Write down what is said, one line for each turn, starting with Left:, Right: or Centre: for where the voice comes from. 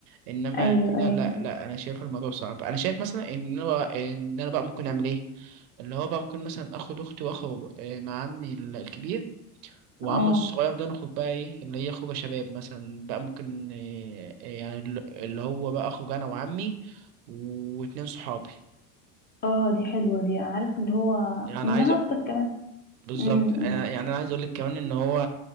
Right: انما
Left: ايوه ايوه
Right: هنا لا لا انا شايف الموضوع صعب انا شايف مثلا ان انا بقى ان انا بقى ممكن اعمل ايه اللي هو بقى ممكن مثلا اخد اختي واخو آه، مع عمي ال- الكبير وعم
Left: اه
Right: الصغير ده نخرج بقى ايه اللي هي خروجه شباب مثلا بقى ممكن آه، آه، يعني ال- اللي هو بقى اخرج انا وعمي واتنين صحابي
Left: اه دي حلوه دي عارف اللي هو
Right: يعني
Left: منها
Right: عايز أ-
Left: اختك كمان
Right: بالظبط
Left: امم
Right: أنا-
Left: أمم.
Right: يعني انا عايز اقول لك كمان ان هو